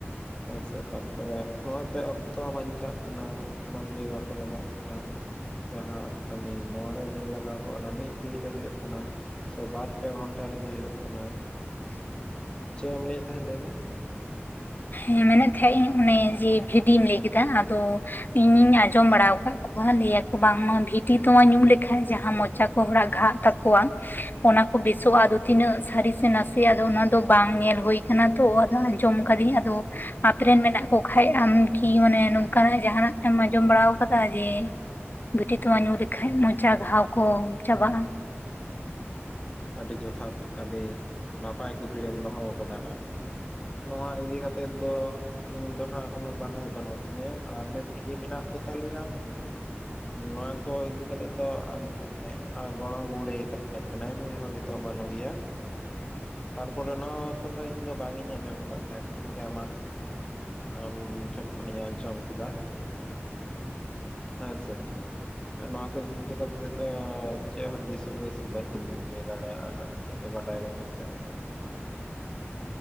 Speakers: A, on the left; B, on the left.
A: ᱦᱮᱸᱥᱮ ᱛᱟᱨᱯᱚᱨᱮ ᱱᱚᱣᱟᱛᱮ ᱚᱠᱛᱚ ᱦᱚᱸ ᱵᱟᱧᱪᱟᱜ ᱠᱟᱱᱟ᱾ ᱢᱟᱹᱱᱢᱤ ᱵᱟᱠᱚ ᱞᱟᱱᱜᱟᱜ ᱠᱟᱱᱟ᱾ ᱡᱟᱦᱟᱸ ᱠᱟᱹᱢᱤ ᱢᱚᱬᱮ ᱫᱤᱱ ᱞᱟᱜᱟᱣ ᱠᱚᱜ-ᱟ ᱚᱱᱟ ᱢᱤᱫ ᱫᱤᱱᱨᱮ ᱦᱳᱭᱳᱜ ᱠᱟᱱᱟ᱾ ᱥᱮ ᱵᱟᱨ ᱯᱮ ᱜᱷᱚᱱᱴᱟ ᱨᱮᱜᱮ ᱦᱳᱭᱳᱜ ᱠᱟᱱᱟ᱾ ᱪᱮᱫ ᱮᱢ ᱞᱟᱹᱭᱮᱫ ᱛᱟᱦᱮᱸᱫ ᱞᱟᱹᱭ ᱢᱮ? <inaudible>
B: ᱦᱮᱸ ᱢᱮᱱᱮᱫ ᱛᱟᱦᱮᱸᱫ ᱤᱧ ᱚᱱᱮ ᱡᱮ ᱵᱷᱤᱰᱤᱢ ᱞᱟᱹᱭ ᱠᱮᱫᱚ ᱟᱫᱚ ᱤᱧᱤᱧ ᱟᱸᱡᱚᱢ ᱵᱟᱲᱟ ᱠᱟᱜ ᱚᱵᱷᱟ ᱞᱟᱹᱭᱟᱠᱚ ᱵᱟᱝᱢᱟ ᱵᱷᱤᱛᱤ ᱛᱩᱭᱟ. ᱧᱩ ᱞᱮᱠᱷᱟᱱ ᱡᱟᱦᱟᱸ ᱢᱚᱪᱟ ᱠᱚ ᱦᱚᱲᱟᱜ ᱜᱷᱟᱜ ᱛᱟᱠᱚᱣᱟ ᱚᱱᱟ ᱠᱚ ᱵᱮᱥᱚᱜ-ᱟ᱾ ᱟᱫᱚ ᱛᱤᱱᱟᱹᱜ ᱥᱟᱹᱨᱤ ᱥᱮ ᱱᱟᱥᱮ ᱤᱭᱟ ᱟᱫᱚ ᱚᱱᱟ ᱫᱚ ᱵᱟᱝ ᱧᱮᱞ ᱦᱩᱭ ᱠᱟᱱᱟ ᱛᱚ᱾ ᱟᱫᱚ ᱟᱸᱡᱚᱢ ᱟᱠᱟᱫᱤᱧ ᱟᱫᱚ ᱟᱯᱮ ᱨᱮᱱ ᱢᱮᱱᱟᱜ ᱠᱚ ᱠᱷᱟᱡ ᱟᱢᱠᱤ ᱢᱟᱱᱮ ᱱᱚᱝᱠᱟᱱᱟᱜ ᱡᱟᱦᱟᱸᱱᱟᱜ ᱮᱢ ᱟᱸᱡᱚᱢ ᱵᱟᱲᱟ ᱟᱠᱟᱫᱟ᱾ ᱡᱮ ᱵᱷᱤᱴᱤ ᱛᱚᱣᱟ ᱧᱩ ᱞᱮᱠᱷᱟᱡ ᱢᱚᱪᱟ ᱜᱷᱟᱣ ᱠᱚ ᱪᱟᱵᱟᱜᱼᱟ᱾
A: ᱟᱹᱰᱤ ᱡᱚᱛᱷᱟᱛ ᱟᱹᱰᱤ ᱱᱟᱯᱟᱭ ᱠᱩᱠᱞᱤᱢ ᱫᱚᱦᱚ ᱠᱟᱫᱟ ᱱᱷᱟᱸᱜ᱾ ᱱᱚᱣᱟ ᱨᱤᱫᱤ ᱠᱟᱛᱮᱜ ᱫᱚ ᱤᱧ ᱫᱚ ᱱᱷᱟᱜ ᱩᱱᱟ. ᱜ ᱵᱟᱰᱟᱭ ᱵᱟᱹᱱᱩᱜ ᱛᱤᱧᱟᱹ᱾ ᱟᱨᱞᱮ ᱵᱷᱤᱰᱤ ᱢᱮᱱᱟᱜ ᱠᱚ ᱛᱟᱞᱮᱭᱟ ᱱᱚᱶᱟ ᱠᱚ ᱤᱫᱤ ᱠᱟᱛᱮᱜ ᱫᱚ ᱟᱞᱱᱮᱜ ᱜᱚᱲᱚᱢ ᱵᱩᱲᱦᱤ ᱛᱟ ᱦᱮᱜ ᱠᱟᱱᱟᱭ ᱱᱩᱭ ᱦᱚᱸ ᱱᱤᱛᱚ ᱵᱟᱹᱱᱩᱜ ᱜᱮᱭᱟ᱾ ᱛᱟᱨᱯᱚᱨᱮ ᱱᱚᱣᱟ ᱠᱚᱫᱚ ᱤᱧ ᱫᱚ ᱵᱟᱝ ᱤᱧ ᱟᱸᱡᱚᱢ ᱟᱠᱟᱫ ᱛᱟᱦᱮᱸ᱾ ᱛᱮᱤᱧ ᱜᱮ ᱟᱢᱟᱜ ᱟᱢ ᱴᱷᱮᱱ ᱠᱷᱚᱱᱤᱧ ᱟᱸᱡᱚᱢ ᱠᱮᱫᱟ᱾ ᱦᱮᱸᱥᱮ ᱱᱚᱣᱟ ᱠᱚ ᱤᱫᱤ ᱠᱟᱛᱮ ᱫᱚ ᱪᱮᱫ ᱦᱚ ᱫᱤᱥ ᱦᱩᱫᱤᱥ ᱵᱟ. <inaudible> ᱞᱟᱹᱭ ᱫᱟᱲᱮᱭᱟᱜ-ᱟ ᱱᱷᱟᱜ ᱱᱤᱛᱚᱜ ᱫᱚ ᱵᱟᱰᱟᱭ ᱵᱟᱱᱩ ᱪᱮ᱾